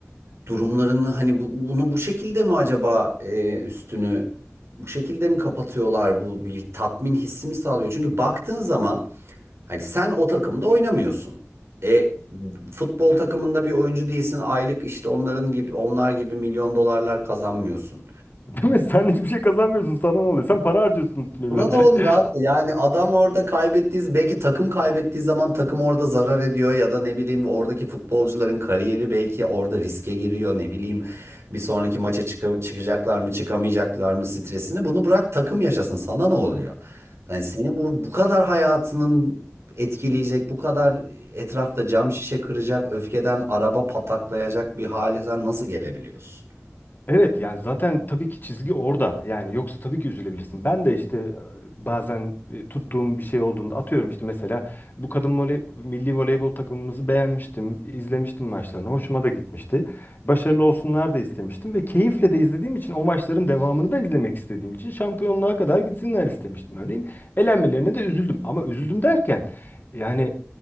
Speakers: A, on the right; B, on the left.
A: durumlarını hani bu- bunu bu şekilde mi acaba e, üstünü bu şekilde mi kapatıyorlar bu bir tatmin hissi mi sağlıyor? Çünkü baktığın zaman hani sen o takımda oynamıyorsun. E futbol takımında bir oyuncu değilsin. Aylık işte onların gibi onlar gibi milyon dolarlar kazanmıyorsun.
B: <laughs> Değil mi? Sen hiçbir şey kazanmıyorsun. Sana ne oluyor? Sen para harcıyorsun üstüne
A: Buna
B: bir
A: ne
B: de.
A: olur
B: <laughs>
A: abi? Yani adam orada kaybettiği, belki takım kaybettiği zaman takım orada zarar ediyor ya da ne bileyim oradaki futbolcuların kariyeri belki orada riske giriyor ne bileyim. Bir sonraki maça çıka- çıkacaklar mı çıkamayacaklar mı stresini bunu bırak takım yaşasın sana ne oluyor? Yani seni bu, bu kadar hayatının etkileyecek bu kadar etrafta cam şişe kıracak öfkeden araba pataklayacak bir hale sen nasıl gelebiliyorsun?
B: Evet yani zaten tabii ki çizgi orada. Yani yoksa tabii ki üzülebilirsin. Ben de işte e, bazen e, tuttuğum bir şey olduğunda atıyorum işte mesela bu kadın voley, milli voleybol takımımızı beğenmiştim, izlemiştim maçlarını. Hoşuma da gitmişti. Başarılı olsunlar da istemiştim ve keyifle de izlediğim için o maçların devamını da izlemek istediğim için şampiyonluğa kadar gitsinler istemiştim örneğin. Elenmelerine de üzüldüm ama üzüldüm derken yani